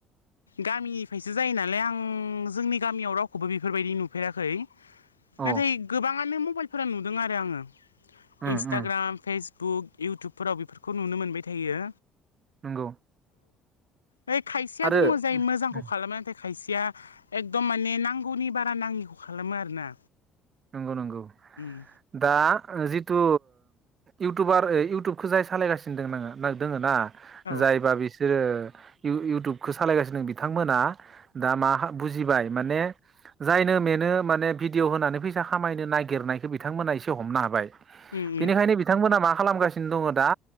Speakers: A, on the left; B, on the right.
A: गामिनिफ्रायसो जायो नालाय आं जोंनि गामियाव रावखौबो बेफोरबायदि नुफेराखै
B: औ
A: नाथाय गोबाङानो मबाइलफोरा नुदों आरो आंङो
B: उम
A: इन्स्टाग्राम
B: उम
A: फेस बुक इयउटुबफोराव बेफोरखौ नुनो मोनबाय थायो।
B: नंगौ
A: औ खायसेया
B: आरो
A: दंङ जाय मोजांखौ
B: उम
A: खालामना खायसेया एकदम माने नांगौनि बारा नाङिखौ खालामो आरोना।
B: नंगौ नंगौ
A: उम
B: दा अ जिथु इउटुबार ओ इउटुबखौ जाय सालायगासिनो दं आङो दोङो ना
A: औ
B: जायबा बिसोरो इउ इउटुबखौ सालायगासिनो दों बिथांमोना दा मा बुजिबाय माने जायनो मेनो माने भिडिअ' होनानै फै सा खामायनो नागिरनायखौ बिथांमोना एसे हमनो हाबाय
A: उम उम
B: बेनिखायनो बिथांमोना मा खालामगासिनो दङ दा